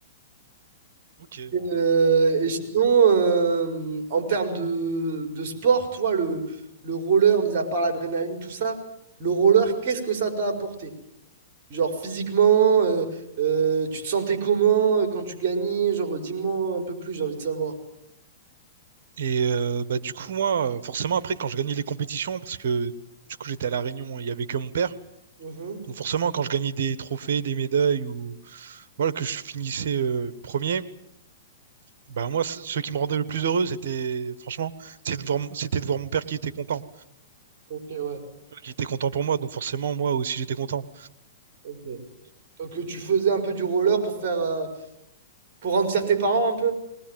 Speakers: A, on the right; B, on the right.
A: Ok.
B: Euh, et sinon, euh, en termes de, de sport, toi, le, le roller, mis à part l'adrénaline, tout ça, le roller, qu'est-ce que ça t'a apporté? Genre physiquement, euh, euh, tu te sentais comment euh, quand tu gagnais? Genre, dis-moi un peu plus, j'ai envie de savoir.
A: Et euh, bah du coup moi, euh, forcément après quand je gagnais les compétitions, parce que du coup j'étais à La Réunion, il y avait que mon père.
B: Mhm.
A: Donc forcément, quand je gagnais des trophées, des médailles ou voilà, que je finissais euh, premier, bah moi, c- ce qui me rendait le plus heureux, c'était franchement, c'était de voir, mon- c'était de voir mon père qui était content,
B: Ok, ouais.
A: qui était content pour moi. Donc forcément, moi aussi, j'étais content.
B: Ok. Donc, euh, tu faisais un peu du roller pour faire, euh, pour rendre fier tes parents un peu?